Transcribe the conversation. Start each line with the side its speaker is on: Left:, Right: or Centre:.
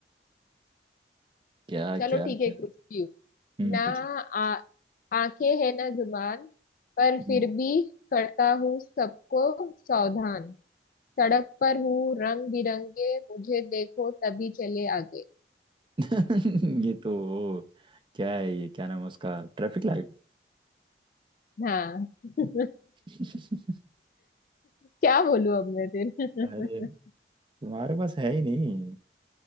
Right: क्या
Left: चलो
Right: क्या
Left: ठीक है
Right: क्या
Left: पूछती हूँ
Right: हम्म
Left: ना
Right: पूछो
Left: आ, आंखें है ना जुबान पर फिर
Right: हम्म।
Left: भी करता हूँ सबको सावधान सड़क पर हूँ रंग बिरंगे मुझे देखो तभी चले आगे
Right: <laughs> ये तो क्या है ये क्या नाम है उसका ट्रैफिक लाइट
Left: हाँ <laughs>
Right: <laughs>
Left: क्या बोलूं अब मैं फिर
Right: अरे
Left: <laughs>
Right: तुम्हारे पास है ही नहीं